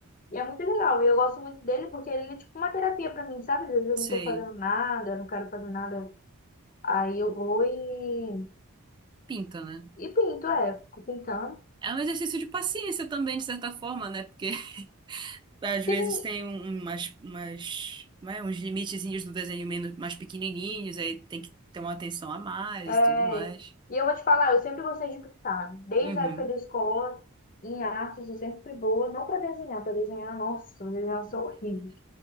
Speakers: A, on the left; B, on the right.
A: E é muito legal. E eu gosto muito dele porque ele é tipo uma terapia pra mim, sabe? Às vezes eu
B: Sei.
A: não tô fazendo nada, eu não quero fazer nada. Aí eu vou e
B: Pinta, né?
A: E pinto, é, fico pintando.
B: É um exercício de paciência também, de certa forma, né? Porque <laughs> às
A: Sim,
B: vezes tem um- umas, umas, como é, uns limitezinhos do desenho menos, mais pequenininhos, aí tem que ter uma atenção a mais
A: é,
B: e tudo mais.
A: e eu vou te falar, eu sempre gostei de pintar. Desde
B: Uhum.
A: a época da escola, em artes, eu sempre fui boa. Não pra desenhar, pra desenhar, nossa, pra desenhar eu sou horrível.